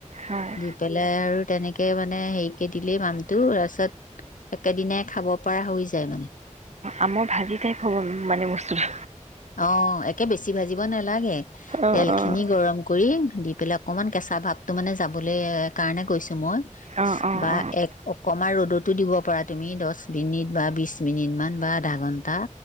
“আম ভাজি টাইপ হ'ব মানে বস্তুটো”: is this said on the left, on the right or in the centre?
Right